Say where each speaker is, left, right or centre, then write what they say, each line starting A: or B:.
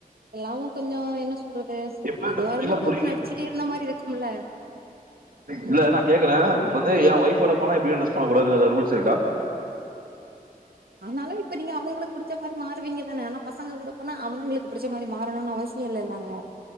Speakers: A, on the right; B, on the right.
A: எல்லாமு கொஞ்சோ என்ன சொல்றது
B: எப்ப
A: எதுவா இருந்தாலு
B: புரியுது
A: கொஞ்சோ நடிச்சிட்டே இருந்த மாரி இருக்கும்ல
B: இல்ல நா கேக்குறே இப்ப வந்து என் ஒயஃப் ஓட போனா இப்டி ட்ரெஸ் பண்ண கூடாதுன் எதா ரூல்ஸ் இருக்கா
A: ஆனாலு இப்ப நீங்க அவுங்களுக்கு புடுச்ச மாரி மாருவீங்க தானே ஆனா பசங்க கூட போனா அவனுங்களுக்கு புடுச்ச மாரி மாறணும்னு அவசி சியோ இல்லெல்லங்க